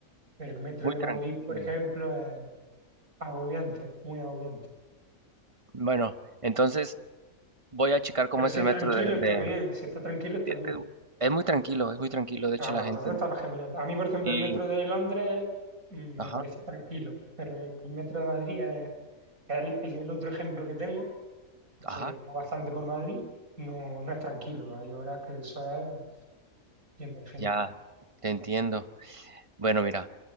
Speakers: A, on the right (about 90°); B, on the right (about 25°).
A: pero el metro
B: muy
A: de Madrid,
B: tranquilo.
A: por ejemplo, Agobiante, muy agobiante.
B: Bueno, entonces Voy a checar cómo
A: Pero si
B: es el
A: es
B: metro
A: tranquilo,
B: de,
A: está
B: de-
A: bien. Si está tranquilo, está
B: sí,
A: bien.
B: es que es es muy tranquilo, es muy tranquilo, de
A: Ah,
B: hecho la
A: pues
B: gente
A: entonces está
B: no.
A: genial. A mí, por ejemplo,
B: Y,
A: el metro de Londres mm,
B: ajá,
A: me parece tranquilo, pero el el metro de Madrid es el, el- el otro ejemplo que tengo, porque
B: ajá,
A: está bastante por Madrid, no, no es tranquilo. Hay horas que eso es lleno de gente.
B: ya te entiendo. Bueno, mira,